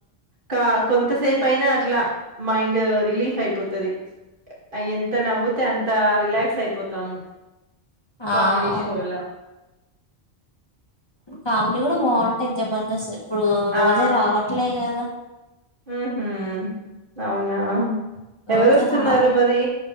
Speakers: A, on the right (about 55°); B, on the left (about 25°).
A: కా కొంతసేపు అయినా అట్లా మైండ్ రిలీఫ్ అయిపోతాది అ ఎంత నవ్వుతే అంత రిలాక్స్ అయిపోతాము
B: ఆ
A: కామెడీ
B: అవును
A: షోలా
B: కామెడీ కూడా బాగుంటాది జబర్దస్త్ ఇప్పుడు రోజా
A: ఆ
B: రావట్లే కదా
A: ఉహూ అవునా
B: రోజా
A: ఎవరొస్తున్నారు
B: రాల
A: మరి